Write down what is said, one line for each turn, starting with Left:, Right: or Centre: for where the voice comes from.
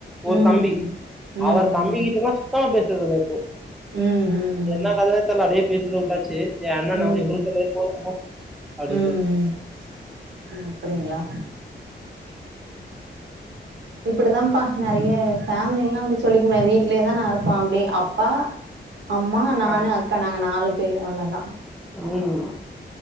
Centre: ஒரு
Right: ம் ம்
Centre: தம்பி
Right: ம் ம்
Centre: அவரு தம்பி கிட்ட எல்லா சுத்தமா பேசுற்துல்ல இப்போ
Right: ம் ம் ம் ம்
Centre: அது என்ன கதனே தெர்ல அப்டியே பேசினே வுட்டாச்சு ஏ அண்ண நானு
Right: ம்
Centre: இருக்குற்தே போது போ அப்படின்ட்டு
Right: ம் ம் ம் அப்படிங்ளா இப்புடிதான்ப்பா நெறைய ஃபேமிலில்லா அப்டி சொல்லிக்க முடியா வீட்லேதா நா இருப்ப அப்டி அப்பா அம்மா நானு
Centre: ஆ,
Right: அக்கா நாங்க நாலு பேரு அவ்ளதா
Centre: ம்